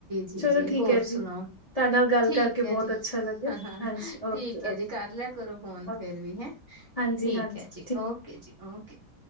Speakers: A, on the right; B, on the left.
A: ਜੀ
B: ਚਲੋ
A: ਜੀ
B: ਠੀਕ
A: ਹੋਰ
B: ਐ
A: ਸੁਣਾਓ
B: ਜੀ ਤਾਡੇ ਨਾਲ ਗੱਲ
A: ਠੀਕ
B: ਕਰਕੇ
A: ਹੈ
B: ਬਹੁਤ
A: ਜੀ
B: ਅੱਛਾ ਲੱਗਿਆ
A: ਹਾਂ ਹਾਂ
B: ਹਾਂਜੀ
A: ਠੀਕ
B: ਓਕੇ
A: ਹੈ ਜੀ ਕਰ ਲਿਆ ਕਰੋ ਫੋਨ
B: ਓਕੇ
A: ਫੇਰ ਵੀ ਹੈਂ
B: ਹਾਂਜੀ
A: ਠੀਕ
B: ਈ ਹਾਂਜੀ
A: ਹੈ
B: ਈ
A: ਜੀ ਓਕੇ ਏ ਜੀ ਓਕੇ ਏ